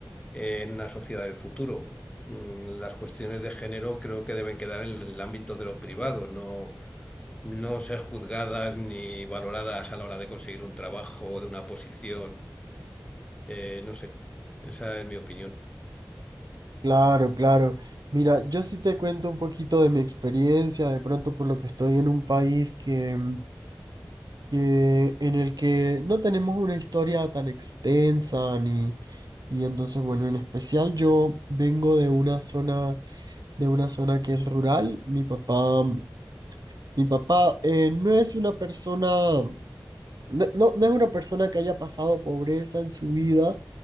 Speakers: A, on the left; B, on the right.
A: en una sociedad del futuro. Mm, Las cuestiones de género creo que deben quedar en el ámbito de lo privado, no, no ser juzgadas ni valoradas a la hora de conseguir un trabajo o de una posición. Eh, no sé, esa es mi opinión.
B: Claro, claro. Mira, yo sí te cuento un poquito de mi experiencia, de pronto por lo que estoy en un país que, mm, que- en el que no tenemos una historia tan extensa ni y entonces, bueno, en especial yo vengo de una zona de una zona que es rural. Mi papá, mm, mi papá eh, no es una persona, mm, no, no- no es una persona que haya pasado pobreza en su vida,